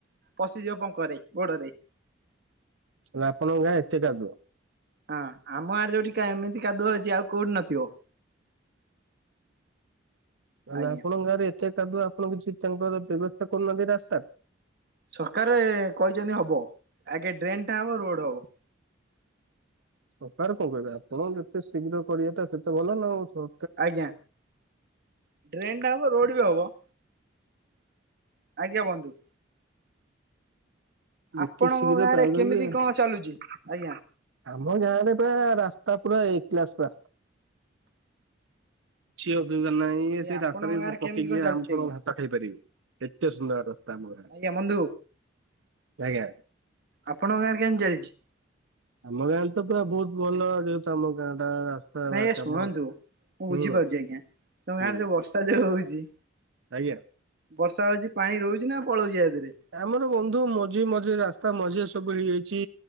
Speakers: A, on the right; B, on the right.
A: ପଶିଯିବ ପଙ୍କରେ ଗୋଡ଼ରେ।
B: ତାହେଲେ ଆପଣଙ୍କ ଗାଁ ଏତେ କାଦୁଅ?
A: ହଁ ଆମ ଆଡ଼େ ଯୋଉଠିକା ଏମିତି କାଦୁଅ ଅଛି ଆଉ କୋଉଠି ନଥିବ।
B: ଲାହେଲେ
A: ଆଜ୍ଞା
B: ଆପଣଙ୍କ ଗାଁରେ ଏତେ କାଦୁଅ ଆପଣ କିଛି ତାଙ୍କର ବ୍ୟବସ୍ଥା କରୁନାହାନ୍ତି ରାସ୍ତାରେ?
A: ସରକାରେ କହିଚନ୍ତି ହବ, ଆଗେ ଡ୍ରେନ୍ ଟା ହବ ରୋଡ଼ ହବ।
B: ସରକାର କଣ କହିବେ ଆପଣ ଯେତେ ଶୀଘ୍ର କରିବାଟା ସେତେ ଭଲନା ଆଉ ସ
A: ଆଜ୍ଞା, ଡ୍ରେନ୍ଟା ହବ ରୋଡ଼ବି ହବ। ଆଜ୍ଞା ବନ୍ଧୁ।
B: ଯେତେ
A: ଆପଣଙ୍କ
B: ଶୀଘ୍ର
A: ଗାଁ
B: ପାଉଚନ୍ତି
A: ରେ କେମିତି
B: ଆ
A: କଣ ଚାଲୁଛି ଆଜ୍ଞା।
B: ଆମ ଗାଁରେ ପୁରା ରାସ୍ ସ୍ତା ପୁରା ଏ କ୍ଲାସ ରାସ୍ତା <unintelligible> ଇଏ
A: ଆଜ୍ଞା
B: ସେ
A: ଆପଣଙ୍କ
B: ରାସ୍ତାରେ
A: ଗାଁରେ
B: ପକେଇକି
A: କେମିତି ଚାଲିଛି
B: ଆମ କଣ
A: ଆଜ୍ଞା
B: ଭାତ ଖାଇ ପାରିବ ଏତେ ସୁନ୍ଦର ରାସ୍ତା। ଆମ ଗାଁରେ
A: ଆଜ୍ଞା ବନ୍ଧୁ
B: ଆଜ୍ଞା।
A: ଆପଣଙ୍କ ଗାଁରେ କେମିତି ଚାଲିଚି?
B: ଆମ ଗାଁରେତ ପୁରା ବହୁତ୍ ଭଲ ଯେହେତୁ ଆମ ଗାଁ ଟା
A: ନାଇଁ ଆଜ୍ଞା
B: କାମ
A: ଶୁଣନ୍ତୁ ମୁଁ ବୁଝିପାରୁଚି
B: ହୁଁ
A: ଆଜ୍ଞା ତମ
B: ହୁଁ
A: ଗାଁରେ ଯୋଉ ବର୍ଷା ଯୋଉ ହଉଚି
B: ଆଜ୍ଞା।
A: ବର୍ଷା ହଉଚି ପାଣି ରହୁଚିନା ପଳଉଚି ଆଦିରେ?
B: ଆମର ବନ୍ଧୁ ମଝି ମଝିରେ ରାସ୍ତା ମଝିରେ ସବୁ ହେଇଯାଇଛି